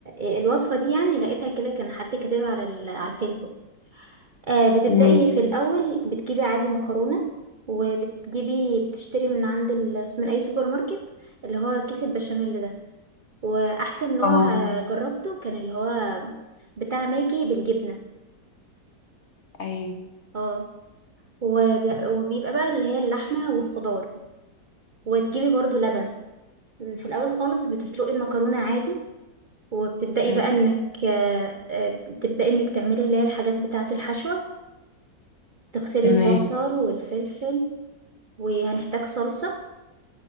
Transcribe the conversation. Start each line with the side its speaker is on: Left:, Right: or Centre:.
Right: آه، الوصفه دي يعني لقيتها كده كان حد كاتبها على ال- على الفيسبوك آه بتبداي
Left: امم
Right: في الاول بتجيبي عادي مكرونه وبتجيبي بتشتري من عند ال... من اي سوبر ماركت اللي هو كيس البشاميل ده واحسن نوع
Left: اه
Right: آه، جربته كان اللي هو بتاع ماجي بالجبنه
Left: ايوه
Right: اه وب... وبيبقى بقى اللي هي اللحمه والخضار وتجيبي برضو لبن في الاول خالص بتسلقي المكرونه عادي وبتبداي
Left: تمام
Right: بقى انك آه، آه، تبداي انك تعملي اللي هي الحاجات بتاعه الحشوه تغسلي
Left: تمام
Right: البصل والفلفل وهنحتاج صلصه